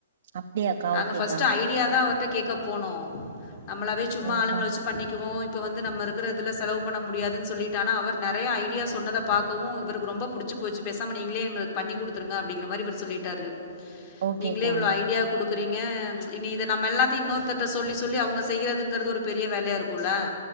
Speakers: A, on the right; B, on the left.
A: அப்டியாக்கா
B: நாங்க
A: ஓகேக்கா
B: ஃபர்ஸ்ட்டு ஐடியா தா அவர்ட்ட கேக்க போனோ நம்மளாவே சும்மா
A: சேரிக்கா
B: ஆளுங்கள வச்சு பண்ணிக்குவோ இப்ப வந்து நம்ம இருக்கற இதுல செலவு பண்ண முடியாதுன் சொல்லிட்டானா அவர் நெறய ஐடியா சொன்னத பாக்கவு இவர்க்கு ரொம்ப புடிச்சு போச்சு பேசாம நீங்களே எங்களுக் பண்ணி குடுத்துருங்க அப்டிங்கிற மாரி இவர் சொல்லிட்டாரு
A: ஓகேக்கா
B: நீங்களே இவ்ளோ ஐடியா குடுக்குறீங்க இனி இத நம்ம எல்லாத்தையு இன்னொருத்தட்ட சொல்லி சொல்லி அவங்க செய்யறதுங்கறது ஒரு பெரிய வேலையா இருக்குல